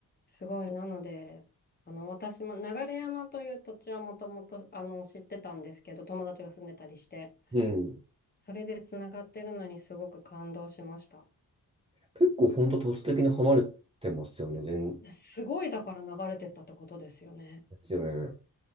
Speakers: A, on the left (about 25°); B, on the right (about 15°).
A: すごい。なので、あの、私も流山という土地はもともと、あの、知ってたんですけど、友達が住んでたりして、
B: うん。
A: それでつながってるのにすごく感動しました。
B: 結構本当、土地的に離れてますよね、全
A: すごい、だから流れてったってことですよね。
B: ですよね。